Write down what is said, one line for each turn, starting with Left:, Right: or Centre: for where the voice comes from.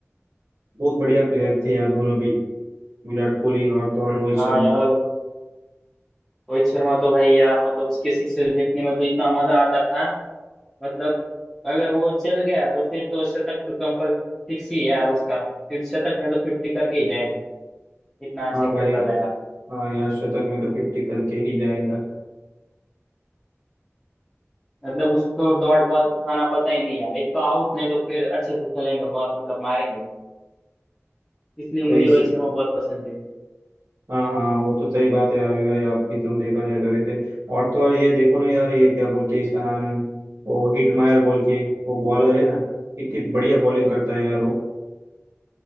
Right: बहुत बढ़िया प्लेयर थे यार दोनों भी विराट कोहली और तो और रोहित
Centre: हाँ
Right: शर्मा
Centre: यार रोहित शर्मा तो भाई यार मतलब उसके सिक्स देखने में तो इतना मजा आता था मतलब अगर वो चल गया तो फिर तो शतक तो कंपल फिक्स ही है यार उसका फिर शतक नहीं तो फिफ्टी करके ही जाएगा इतना अच्छा
Right: हाँ
Centre: खेलता
Right: भाई
Centre: था यार
Right: हाँ यार शतक में तो फिफ्टी करके ही जाएगा
Centre: मतलब उसको डॉट बॉल खाना पता ही नहीं यार एक तो आउट नहीं तो फिर अच्छे से खेलेंगे बहुत मतलब मारेंगे इसलिए
Right: सही
Centre: मुझे रोहित शर्मा बहुत पसंद है
Right: हाँ हाँ वो तो सही बात है यार ये आपकी तो देखा जाए तो वैसे और तो और ये देखो ना यार ये क्या बोलते हैं इसका नाम वो हिटमायर बोल के वो बॉलर है ना कितनी बढ़िया बॉलिंग करता है यार वो